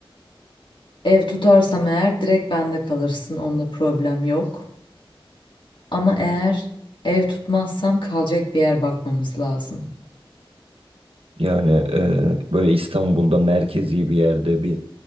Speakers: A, on the left; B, on the right.
A: Ev tutarsam eğer direkt bende kalırsın. Onda problem yok. Ama eğer ev tutmazsam kalacak bir yer bakmamız lazım.
B: Yani e, böyle İstanbul'da merkezi bir yerde bir